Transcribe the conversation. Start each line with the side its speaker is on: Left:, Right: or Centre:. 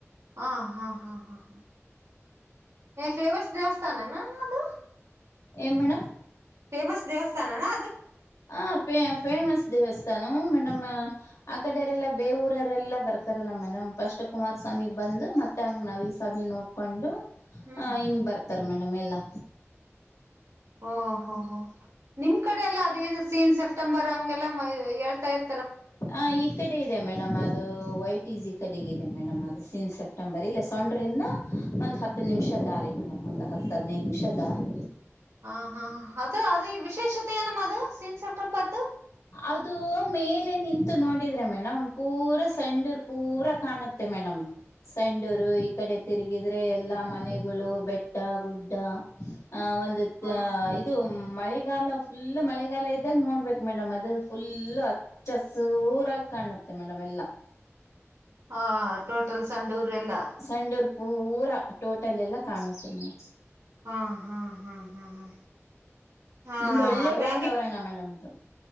Right: ಹಾ ಹಾ ಹಾ ಹಾ ಹ ಫೇಮಸ್ ದೇವಸ್ಥಾನಮ್ಮ ಅದು
Left: ಏನ್ ಮೇಡಂ
Right: ಫೆಮಸ್ ದೇವಸ್ಥಾನ ನಾ
Left: ಹ ೇ ಫೇಮಸ್ ದೇವಸ್ಥಾನ ಮಮ್ಮ ಆ ಕಡೆಯರೆಲ್ಲ ಬೇ ಊರರೆಲ್ಲ ಬರ್ತಾರಲ್ಲ ಮೇಡಮ್ ಫಸ್ಟ್ ಕುಮಾರಸ್ವಾಮಿಗೆ ಬಂದು ಮತ್ತುತ್ತ ಹಂಗೆ ನವ ಸ್ವಾಮಿ ನೋಡಿಕೊಂಡು
Right: ಹ್ಮ್
Left: ಹ
Right: ಹ್ಮ್
Left: ಹಿಂಗ್ ಬರ್ತಾರ ಮೇಡಮ್ ಎಲ್ಲಾ
Right: ಓ ಹೋ ಹೋ ನಿಮ್ ಕಡೆ ಎಲ್ಲ ಅದೇನು ಸೀನ್ ಸೆಪ್ಟೆಂಬರ್ ಹಂಗೆಲ್ಲಾ ಹೇಳ್ತಾ ಇರ್
Left: ಹ ಈ ಕಡೆ ಇದೆ ಮೇಡಮ್ ಅದು ವೈಟಸ್ ಈ ಕಡೆಗದೆ ಮೇಡಮ್ ಅದು ಸೀನ್ ಸೆಪ್ಟೆಂಬರ್ ಇಲ್ಲ ಸೌೊಂಡ್ರಿಂದ ಒಂದಂದು ಹತ್ತು ನಿಮಿಷ ದಾರಿ ಮೇಡಮ್ ಒಂದು ಹತ್ತು ಹದ್ನೈ ನಿಮಿಷ ದಾರಿ
Right: ಹ ಹಾ ಅದ ಅದ ವಿಶೇಷತೆ ಏನಮ್ಮ ಅದು ಸೀನ್ ಸೆಪ್ಟೆಂಬರ್ದು
Left: ಅದು ಮೇಲೆ ನಿಂತು ನೋಡಿದ್ರೆ ಮೇಡಮ್ ಪೂರ ಸೆಂಡೂರ್ ಪೂರ ಕಾಣ ಮತ್ತ ಮೇಡಮ್ ಸಂಡೂರು ಈ ಕಡೆ ತಿರುಗಿದ್ರೆ ಎಲ್ಲಾ ಮನೆಗಳು ಬೆಟ್ಟ ಗುಡ್ಡ ಆ ಒಂದು
Right: ಹ
Left: ಇದು ಮಳೆಗಾಲ ಫುಲ್ ಮಳೆಗಾಲ ಇದ್ದ ಇದಾಗ ನೋಡ್ಬೇಕಕ್ ಮೇಡಮ್ ಅದು ಫುಲ್ು ಹಚ್ಚಸೂರಾಗಿ ಕಾಣುತ್ತೆ ಮೇಡಮ್ ಎಲ್ಲಾ
Right: ಹಾ ಟೋಟಲ್ ಸಂಡೂರು ಎಲ್ಲ
Left: ಸಂಡೂರ್ ಪೂರಾ ಟೋಟಲ್ ಎಲ್ಲ ಕಾಣುತ್ತೆ ಮೇಡಮ್
Right: ಹಾ ಹಾ ಹಾ ಹಾ ಹಾ ಹಾ
Left: ಒಮ್ದ್ ಒಳ್ಳೆ
Right: ಅಲ್ಲಿ
Left: ವಾತಾವರಣ ಮೇಡಮ್ ಅಂತ